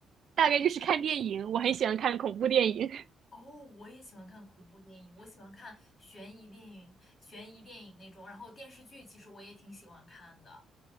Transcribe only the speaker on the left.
哦，我也喜欢看恐怖电影，我喜欢看悬疑电影、悬疑电影那种，然后电视剧其实我也挺喜欢看的。